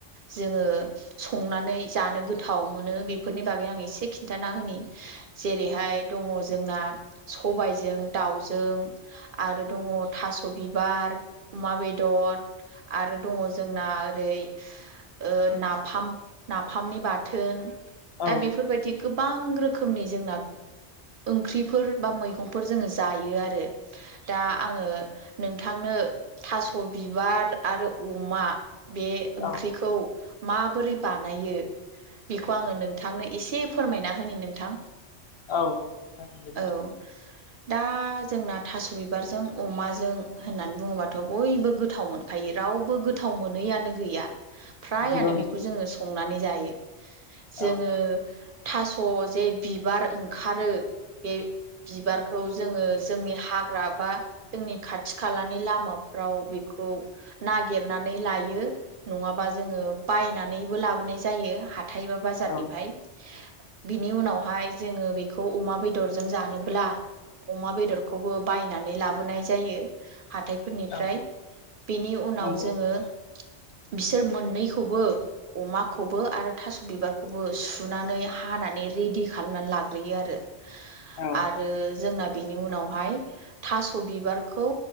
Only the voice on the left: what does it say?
औ
औ
औ जागोन
दे
नंगौ नोंथां
औ
औ
औ
नंगौ
औ